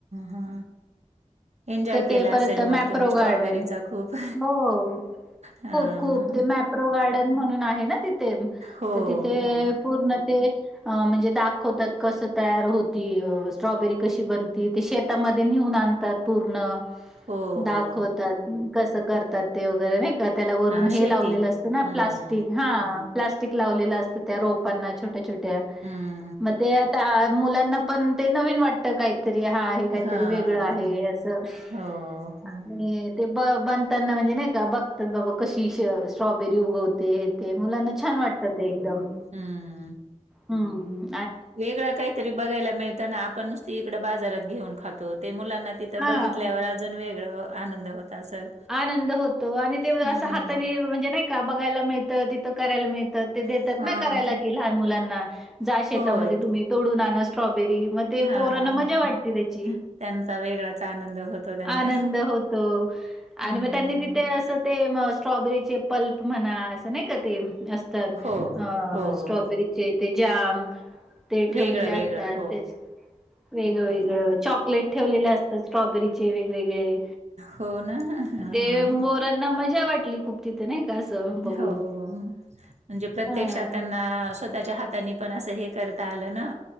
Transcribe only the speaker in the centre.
तर
ते परत
मॅप्रो
गार्डन
हो.
खूप खूप ते मॅप्रो गार्डन म्हणून आहे ना तिथे
तर तिथे
पूर्ण ते म्हणजे दाखवतात कस तयार होती स्ट्रॉबेरी कशी बन ती ते शेतामध्ये नेऊन आणतात पूर्ण
दाखवतात कसं करतात ते वगैरे नाही त्या त्याला वरून
हे
लावलेलं असतं ना
प्लास्टिक हा प्लास्टिक लावलेलं असतं त्या रोपांना छो छोट्या-छोट्या
म ते आता मुलांना पण ते नवीन वाटतं काय तरी हा आहे काहीतरी
वेगळं आहे असं
<unintelligible> ते ब बनतांना म्हणजे नाही का बघतात बाबा कशी श स्ट्रॉबेरी उगवते ते मुलांना छान वाटतं ते एकदम.
हम्म.
हां.
आनंद होतो आणि ते
असं हाताने म्हणजे नाही का बघायला मिळ तं तिथं करायला मिळतं ते देतात
ना करायला की लहान मुलांना जा शेतामध्ये
तुम्ही तोडून आना स्ट्रॉबेरी मग ते
पोरांना मजा वाटते त्याची
<inaudible> आनंद होतो
आणि मग त्यांनी तिथे असं ते स्ट्रॉबेरीचे पल्प म्हणा असं नाही का ते अस तय
अ
स्ट्रॉबेरीचे
ते जाम ते ठेवलेले
असतात
त्यात वेगवेगळ
चॉकलेट ठेवलेले असतात स्ट्रॉबेरीचे वेगवेगळे
ते मोरांना मजा वाटली खूप तिथे नाही का असं बघून.
हां.